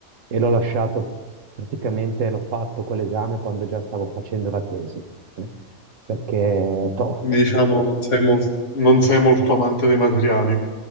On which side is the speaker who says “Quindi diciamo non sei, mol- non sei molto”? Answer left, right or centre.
Left